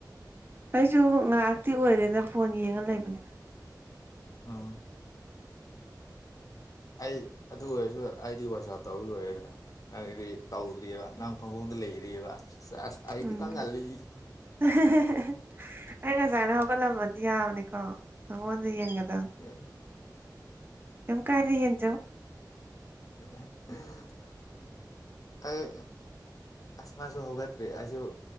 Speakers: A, on the right (about 30°); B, on the left (about 50°).
A: ꯑꯩꯁꯨ ꯉꯥꯏꯍꯥꯛꯇꯤ ꯑꯣꯏꯔꯦꯅ ꯐꯣꯟ ꯌꯦꯡꯉ ꯂꯩꯕꯅꯦ
B: ꯑꯥ ꯑꯩ ꯑꯗꯨ ꯑꯣꯏꯔꯁꯨ ꯑꯩꯗꯤ ꯋꯥꯆꯞ ꯇꯧꯔ ꯂꯣꯏꯔꯦꯗꯅ ꯑꯗꯨꯗꯤ ꯇꯧꯗ꯭ꯔꯤꯑꯕ ꯅꯪ ꯐꯪꯐꯝꯣꯡꯗ ꯂꯩꯔꯤꯑꯕ ꯑꯁ ꯑꯩ
A: ꯎꯝ
B: ꯈꯤꯇꯪ ꯉꯜꯂꯤ
A: <unintelligible> ꯑꯩ ꯉꯁꯥꯏꯅ ꯍꯧꯒꯠꯂꯝꯃꯗꯤ ꯌꯥꯕꯅꯤꯀꯣ ꯅꯉꯣꯟꯗ ꯌꯦꯡꯒꯗꯕꯅꯤ
B: <inaudible>
A: ꯀ ꯀꯥꯗꯒꯤ ꯌꯦꯅꯤ ꯆꯣ
B: <unintelligible> ꯑꯩ ꯑꯁ ꯃꯥꯁꯨ ꯍꯧꯒꯠꯇ꯭ꯔꯤ ꯑꯩꯁꯨ